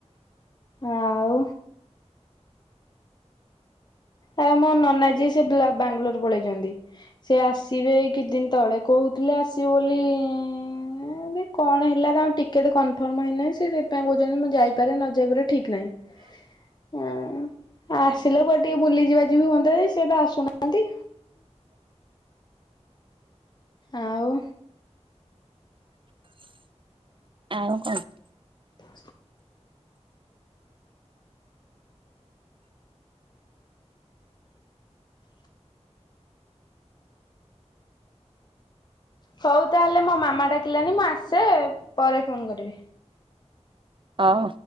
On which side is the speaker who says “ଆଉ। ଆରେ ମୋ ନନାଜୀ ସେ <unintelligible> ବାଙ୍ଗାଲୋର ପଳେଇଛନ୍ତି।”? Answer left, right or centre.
Left